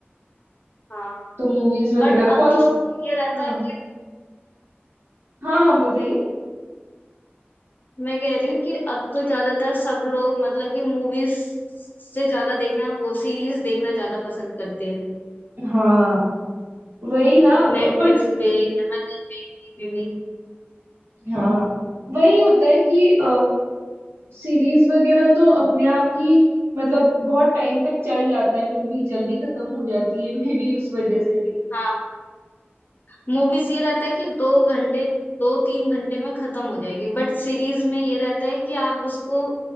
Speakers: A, on the left; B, on the right.
A: हाँ
B: तो मूवीज वगैरह
A: बट अब
B: कौन
A: तो
B: सी
A: ये रहता
B: हाँ
A: है कि
B: हाँ हाँ बताइए
A: मैं कह रही हूँ कि अब तो ज्यादातर सब लोग मतलब कि मूवीज से ज्यादा देखना वो सीरीज देखना ज्यादा पसंद करते हैं
B: हाँ वही ना
A: नेटफ्लिक्स
B: बट
A: पे amazon पे कहीं पे भी
B: हाँ वही होता है कि सीरीज वगैरह तो अपने आप ही मतलब बहुत टाइम तक चल जाता है मूवी जल्दी खत्म हो जाती है <laughs> मे बी उस वजह से भी
A: हाँ मूवीज ये रहता है कि दो घंटे दो तीन घंटे में खत्म हो जाएगी बट सीरीज में ये रहता है कि आप उसको